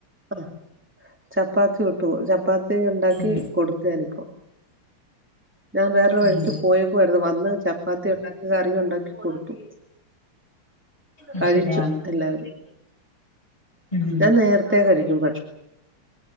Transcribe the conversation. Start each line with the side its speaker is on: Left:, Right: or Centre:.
Centre: ആ ചപ്പാത്തി ഉട്ടു ചപ്പാത്തി ഉണ്ടാക്കി
Left: ഉം
Centre: കൊടുത്തുഞാനിപ്പോ ഞാ വേറൊരു വഴിക്ക്
Left: ഉം
Centre: പോയ രുന്നു വന്ന് ചപ്പാത്തി ഉണ്ടാക്കി കറി ഉണ്ടാക്കി കൊടുത്തു.
Left: അത്
Centre: കഴിച്ചു
Left: ശരി ആഹ്
Centre: എല്ലാവരും
Left: ഉം
Centre: ഞാൻ നേരത്തേ കഴിക്കും ഭക്ഷണം